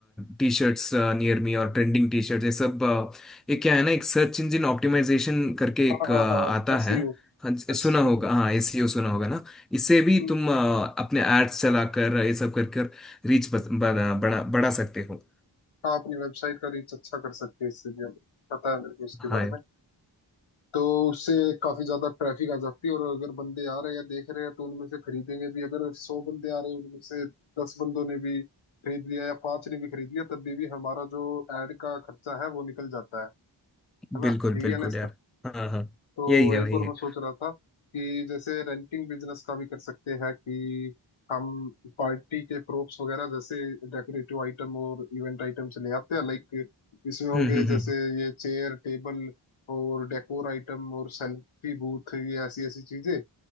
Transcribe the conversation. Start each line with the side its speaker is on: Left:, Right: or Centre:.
Centre: टी शर्ट्स नियर मी और ट्रेंडिंग टी शर्ट्स ये सब अ, ये क्या है ना एक सर्च इंजन ऑप्टिमाइजेशन करके
Left: हाँ
Centre: एक
Left: हाँ
Centre: अ, आता
Left: हाँ एस
Centre: है हाँ, सुना
Left: एसईओ
Centre: होगा हाँ एसईओ सुना होगा ना इससे भी
Left: हम्म
Centre: तुम अ, अपने एड्स चलाकर ये सब कर कर रीच बना बड़ा बढ़ा सकते हो
Left: हाँ अपनी वेबसाइट का रीच अच्छा कर सकते हैं इससे भी हमें पता है मेरे को उसके
Centre: हाँ
Left: बारे
Centre: यार,
Left: में तो उससे काफी ज्यादा ट्रैफिक आ जाती है और अगर बंदे आ रहे हैं या देख रहे हैं तो उनमें से खरीदेंगे भी अगर सौ बंदे आ रहे हैं उनमें से दस बंदों ने भी खरीद लिया या पांच ने भी खरीद लिया तब भी, भी हमारा जो एड का खर्चा है वो निकल जाता है है
Centre: बिल्कुल
Left: ना यही
Centre: बिल्कुल
Left: है ना
Centre: यार हाँ हाँ
Left: तो
Centre: यही है वही
Left: एक और
Centre: है
Left: मैं सोच रहा था कि जैसे रेंटिंग बिजनेस का भी कर सकते हैं कि हम पार्टी के प्रोप्स वगैरह जैसे डेकोरेटिव आइटम और इवेंट आइटम्स ले आते हैं लाइक इसमें हो
Centre: हम्म
Left: गए
Centre: हम्म हम्म
Left: जैसे ये चेयर टेबल और डेकोर आइटम और सेल्फी बूथ ये ऐसी ऐसी चीजें